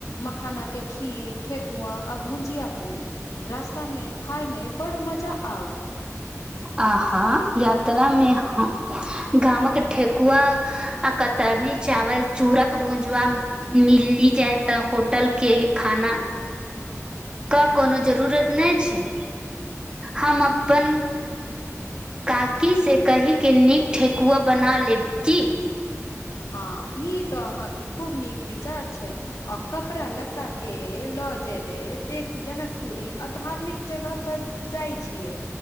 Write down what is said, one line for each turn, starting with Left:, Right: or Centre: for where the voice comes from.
Left: मखाना के खीर, ठेेकुआ आ भुजिया पूरी। रास्ता में खाय में बड़ मजा आउत।
Right: आहा? यात्रामे ह गामक ठेकुआ आ कतरनी चावल चूरक भूंजवा जे मिली जाय तऽ होटलके खाना के कोनो जरूरत नहि छैय। हम अपन काकीसँ कहिके नीक ठेकुआ बना लेब की?
Left: हँ ई तो अहां के खूब नीक विचार छैय। आ कपड़ा लत्ता के लऽ जेबै देख जनकपुरी आ धार्मिक जगह पर जाइ छियै